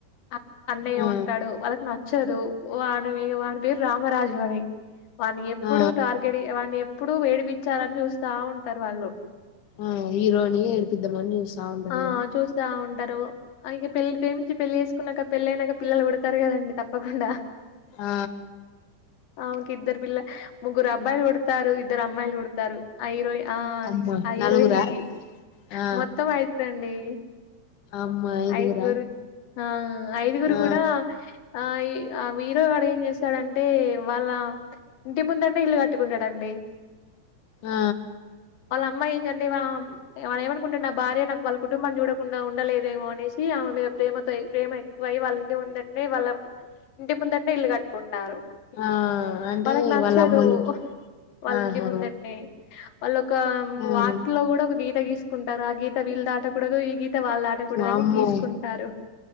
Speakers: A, on the left; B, on the left.
A: అ అన్నయ్య
B: ఆ
A: ఉంటడు వాళ్ళకి న చ్చదు వాని వి వాని పేరు రామరాజు అని వాని ఎప్పుడు
B: ఆ
A: టార్ వాని ఎప్పుడు ఏడిపించాలని చూస్తా ఉంటారు వాళ్ళు.
B: ఆ హీరోని ఏడిపిద్దామని చూస్తా ఉంటరు
A: ఆ
B: ఇగ
A: చూస్తా ఉంటా డు అ ఇక పెళ్లి ప్రేమించి పెళ్లి చేసుకున్నాక పెళ్లి అయినాక పిల్లలు పుడతారు కదండి తప్పకుండా
B: ఆ
A: ఆమెకి ఇద్దరు పిల్ల ముగ్గురు అబ్బాయిలు పుడతారు, ఇద్దరు అమ్మాయిలు పుడతారు ఆ హిరోయిన్ ఆ
B: అమ్మ
A: ఆ
B: నలుగురా
A: ఇరోహిన్ కి
B: ఆ
A: మొత్తం అయ్ దండి
B: అమ్మ ఐదుగురా
A: ఐదుగురు ఆ ఐదుగురు
B: ఆ
A: కూడా ఆ ఆ వీరో కాడ ఏం చేస్తాడంటే వాళ్ళ ఇంటి ముందటే ఇల్లు కట్టుకుంటాడండి.
B: ఆ
A: వాళ్ళ అమ్మాయి ఏంజంటే వమ్ వాడు ఏమనుకుంటాడు అబ్బా నా భార్య నాకు వాళ్ళ కుటుంబాన్ని చూడకుండా ఉండలేదేమో అనేసి ఆమె మీ ప్రేమతో ప్రేమ ఎక్కువయి వాళ్ళ ఇంటి ఉందంటనే వాళ్ళ ఇంటి ముందంటే ఇల్లు కట్టుకోండి. నారు
B: ఆ అంటే
A: వాళ్ళకి నచ్చదు
B: వాళ్ళ అమ్మోళ్ళింటి
A: వాళ్ళ
B: ఆహా
A: ఇంటి ముందటని వాళ్ళు ఒక
B: ఆ
A: వాటిల్లో కూడా ఒక గీత గీసుకుంటారు ఆ గీత వీళ్ళు ట్టకూడదు ఈ గీత వాళ్ళు దాటకూడదు
B: వామ్మో
A: అని గీసుకుంటారు